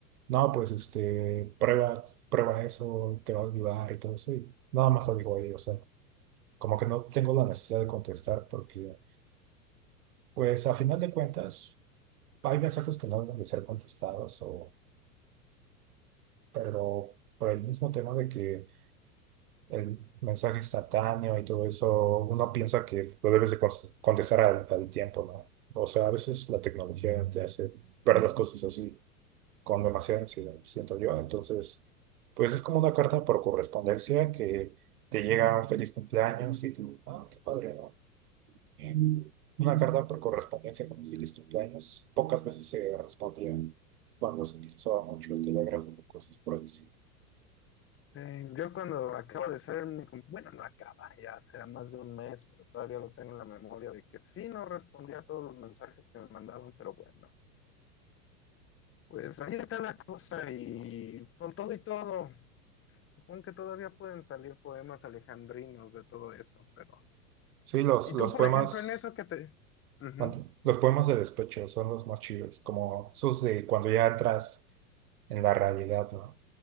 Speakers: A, on the right; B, on the left.
A: No, pues este, prueba, prueba eso, te va a ayudar y todo eso. Y nada más lo digo ahí, o sea, como que no tengo la necesidad de contestar porque, pues a final de cuentas, hay mensajes que no deben de ser contestados, o, pero por el mismo tema de que el mensaje instantáneo y todo eso, uno piensa que lo debes de cons- contestar al, al tiempo, ¿no? O sea, a veces la tecnología te hace ver las cosas así. con demasiada ansiedad, siento yo. Entonces, pues es como una carta por correspondencia que te llega un feliz cumpleaños y tú, ah, qué padre, ¿no? Eh, Una carta por correspondencia con un feliz cumpleaños pocas veces se respondía cuando se utilizaba mucho el telégrafo o cosas por el estilo.
B: Eh, yo cuando acabo de ser, mi com- bueno, no acaba, ya será más de un mes, pero todavía lo tengo en la memoria de que sí no respondía a todos los mensajes que me mandaban, pero bueno, pues ahí está la cosa y con todo y todo, supongo que todavía pueden salir poemas alejandrinos de todo eso, pero...
A: Sí, los,
B: Y
A: los
B: tú, por
A: poemas,
B: ejemplo, en eso que te... Ujú,
A: ¿cuánto? los poemas de despecho son los más chidos, como esos de cuando ya entras en la realidad, ¿no?